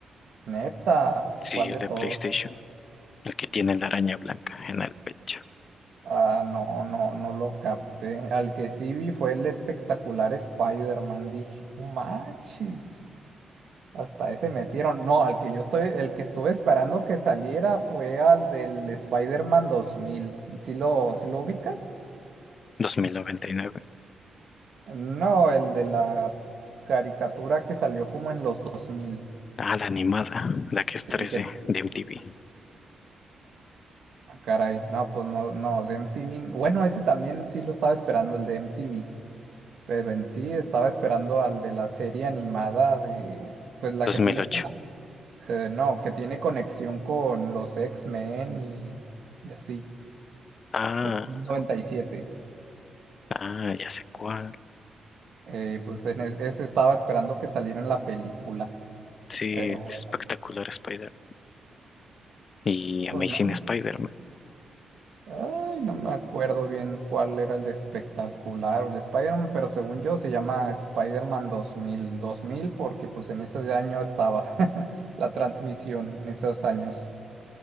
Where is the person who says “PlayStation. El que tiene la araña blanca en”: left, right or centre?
Left